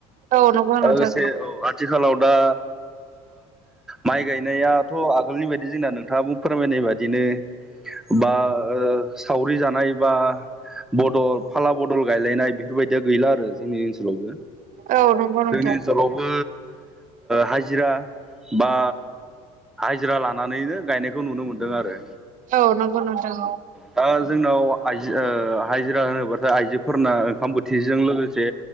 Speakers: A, on the right; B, in the centre.
A: औ नंगौ नोंथां
B: लोगोसे औ आथिखालाव दा माइ गायनायाथ' आगोलनि बायदि जोंना नोंथाङा बुं फोरमायनाय बादिनो बा सावरि जानाय बा बदल फाला बदल गायलायनाय बेफोरबायदि दा गैला आरो जोंनि ओनसोलावबो
A: औ नंगौ नोंथां
B: जोंनि ओनसोलावबो हाजिरा बा हाजिरा लानानैनो गायनायखौ नुनो मोनदों आरो
A: औ नंगौ नोंथां।
B: दा जोंनाव आइजो हाजिरा होनोब्लाथाय आइजोफोरना ओंखाम बोथोर। थिजों लोगोसे